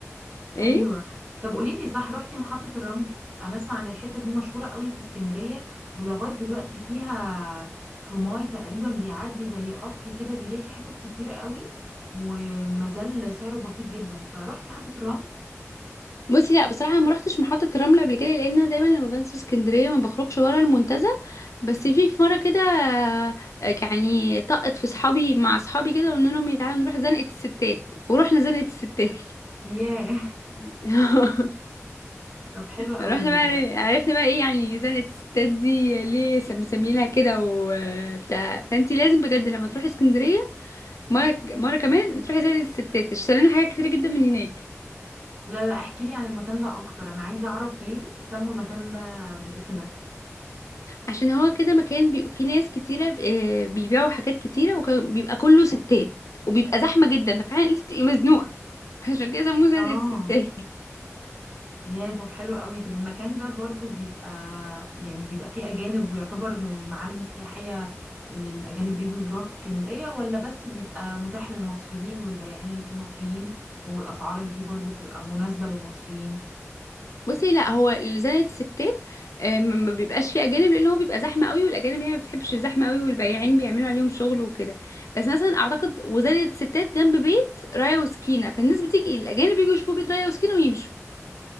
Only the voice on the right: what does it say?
ايوه طب قولي لي صح رحتي محطة الرمل انا اسمع ان الحتة دي مشهورة قوي في اسكندرية ولغاية دلوقتي فيها تروماي تقريبا بيعدي زي قطر كده بيلف حتت كتير قوي وما زال سعره بسيط جدا فروحتي محطة الرمل
ياه
<laughs> طب حلو
قوي
ده
لا لا احكي لي عن المكان ده اكتر انا عايزة اعرف ليه سموا المكان ده بالاسم ده
اه
يا طب حلو قوي طب المكان ده برضو بيبقى يعني بيبقى فيه أجانب ويعتبر من المعالم السياحية اللي الأجانب بيجوا يزوروها في اسكندرية ولا بس بيبقى متاح للمصريين والبياعين اللي فيه مصريين والأسعار اللي فيه برضو بتبقى مناسبة للمصريين